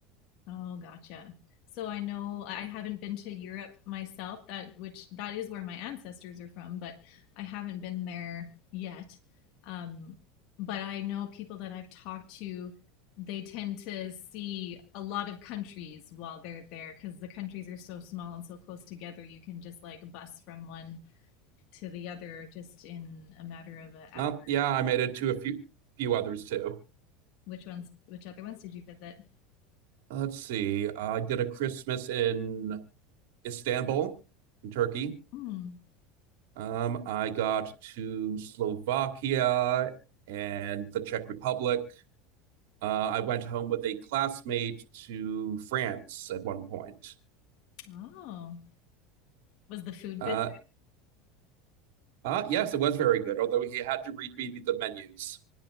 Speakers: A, on the left; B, on the right.
A: Oh, gotcha. So I know I haven't been to Europe myself, that which that is where my ancestors are from, but I haven't been there yet. Um, but I know people that I've talked to, they tend to see a lot of countries while they're there because the countries are so small and so close together. You can just like bus from one to the other just in a matter of an hour.
B: Uh, yeah, I made it to a few few others too.
A: Which ones, which other ones did you visit?
B: Let's see. I did a Christmas in Istanbul, in Turkey.
A: Hmm.
B: Um, I got to Slovakia and the Czech Republic. Uh, I went home with a classmate to France at one point.
A: Oh, was the food
B: Uh,
A: good?
B: Uh, yes, it was very good, although he had to read me the menus.